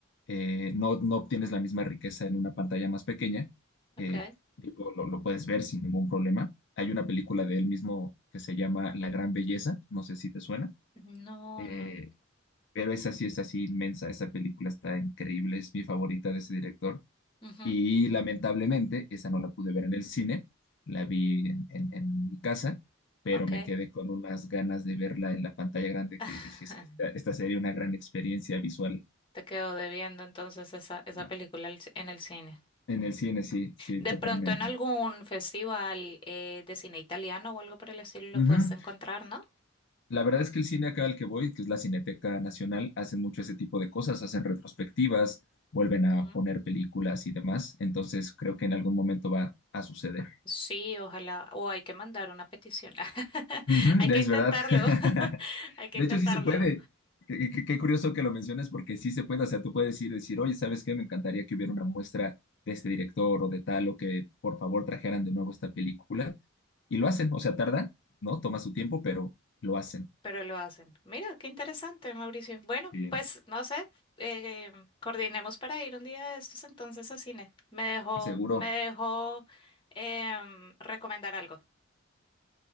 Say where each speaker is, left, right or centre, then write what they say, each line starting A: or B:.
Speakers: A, on the left; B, on the left.
A: eh, no, no obtienes la misma riqueza en una pantalla más pequeña,
B: ok.
A: eh, digo, lo, lo puedes ver sin ningún problema. Hay una película de él mismo que se llama La Gran Belleza, no sé si te suena.
B: No,
A: Eh,
B: no.
A: pero esa sí es así inmensa, esa película está increíble, es mi favorita de ese director.
B: Ujú.
A: Y lamentablemente, esa no la pude ver en el cine, la vi en, en- en mi casa, pero
B: Okay,
A: me quedé con unas ganas de verla en la pantalla grande
B: <laughs>
A: que dije, es que esta, esta sería una gran experiencia visual.
B: Te quedo debiendo entonces esa, esa
A: ¿no?
B: película al ci- en el cine.
A: En el cine, sí, sí,
B: De
A: totalmente.
B: pronto en algún festival eh, de cine italiano o algo por el estilo lo
A: Ujú.
B: puedes encontrar, ¿no?
A: La verdad es que el cine acá al que voy, que es la Cineteca Nacional, hacen mucho ese tipo de cosas, hacen retrospectivas, vuelven
B: Ujú.
A: a poner películas y demás, entonces creo que en algún momento va a suceder.
B: Sí, ojalá. O hay que mandar una petición. <laughs>
A: Ujú,
B: Hay que
A: es
B: intentarlo.
A: verdad. <laughs>
B: <laughs> Hay que
A: De
B: intentarlo.
A: hecho, sí se puede. Qué, qué- qué curioso que lo menciones porque sí se puede. O sea, tú puedes ir y decir, oye, ¿sabes qué? Me encantaría que hubiera una muestra de este director o de tal, o que por favor trajeran de nuevo esta película. Y lo hacen. O sea, tarda, ¿no? Toma su tiempo, pero lo hacen.
B: Pero lo hacen. Mira, qué interesante, Mauricio. Bueno,
A: Y
B: pues no sé. eh, coordinemos para ir un día de estos entonces a cine. Me dejó,
A: seguro.
B: me dejó em, recomendar algo.